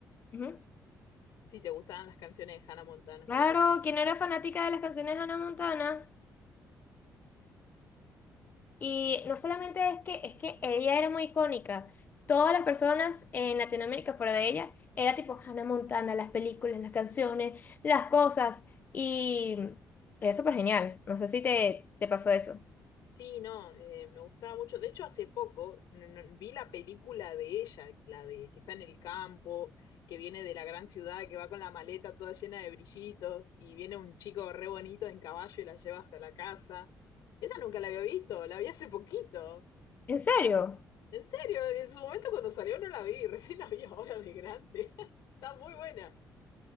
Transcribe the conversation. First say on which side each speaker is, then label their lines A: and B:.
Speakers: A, on the left; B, on the left.
A: ujú.
B: Sí, te gustaban las canciones de Hannah Montana.
A: Claro, ¿quién no era fanática de las canciones de Hannah Montana? Y no solamente es que, es que ella era muy icónica. Todas las personas en Latinoamérica fuera de ella era tipo Hannah Montana, las películas, las canciones, las cosas. Y era súper genial. No sé si te, te pasó eso.
B: Sí, no, eh, me gustaba mucho. De hecho, hace poco no- no- vi la película de ella, la de que está en el campo, que viene de la gran ciudad, que va con la maleta toda llena de brillitos y viene un chico re bonito en caballo y la lleva hasta la casa. Esa nunca la había visto, la vi hace poquito.
A: ¿En serio?
B: En serio, en su momento cuando salió no la vi, <laughs> recién la vi ahora de grande. <laughs> Está muy buena.